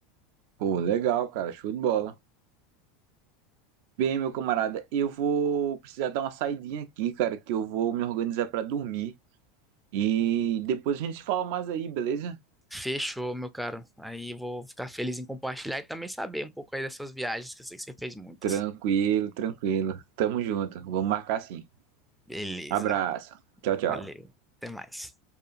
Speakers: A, on the right; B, in the centre.
A: Pô, legal, cara, show de bola. Bem, meu camarada, eu vou precisar dar uma saidinha aqui, cara, que eu vou me organizar para dormir e depois a gente se fala mais aí, beleza?
B: Fechou, meu caro. Aí eu vou ficar feliz em compartilhar e também saber um pouco aí das suas viagens, que eu sei que você fez muitas.
A: Tranquilo, tranquilo. Tamo junto. Vamos marcar sim.
B: Beleza,
A: Abraço. Tchau, tchau.
B: valeu. Até mais.